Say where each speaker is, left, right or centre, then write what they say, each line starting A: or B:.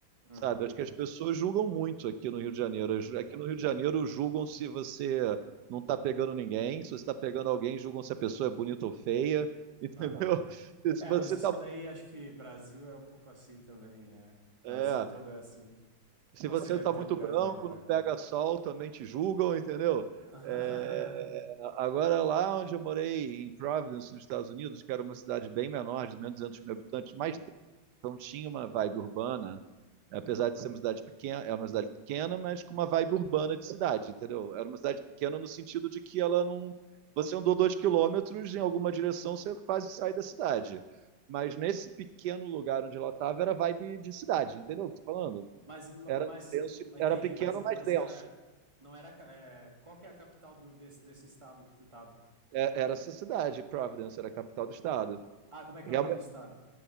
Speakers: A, on the right; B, on the right.
A: Uhum.
B: Sabe, acho que as pessoas julgam muito aqui no Rio de Janeiro.
A: Uhum.
B: As- Aqui no Rio de Janeiro julgam se você não está pegando ninguém, se você está pegando alguém, julgam se a pessoa é bonita ou feia, entendeu?
A: Aham.
B: <laughs> Se
A: É,
B: você
A: mas isso
B: está
A: daí acho que Brasil é um pouco assim também, é. Brasil
B: é,
A: todo é assim.
B: se
A: Não
B: você
A: sei, deve
B: tá
A: ter
B: muito
A: lugares
B: branco,
A: melhores.
B: não pega sol, também te julgam, entendeu?
A: <laughs>
B: É, agora lá onde eu morei em Providence, nos Estados Unidos, que era uma cidade bem menor, de menos de 200 mil habitantes, mais Então tinha uma vibe urbana, apesar de ser uma cidade pequena, é uma cidade pequena, mas com uma vibe urbana de cidade, entendeu? Era uma cidade pequena no sentido de que ela não. Você andou dois quilômetros em alguma direção, você quase sai da cidade. Mas nesse pequeno lugar onde ela estava, era vibe de cidade, entendeu o que eu tô falando?
A: Mas, ma-
B: Era
A: mas,
B: denso,
A: hum, entendi,
B: era pequeno,
A: mas, eh,
B: mas
A: mas
B: denso.
A: era, não era, ca- é, qual que é a capital do, desse, desse estado que tu tava?
B: É- era essa cidade, Providence, era a capital do estado.
A: Ah, como é que
B: E
A: é o
B: é
A: nome
B: o me-
A: do estado?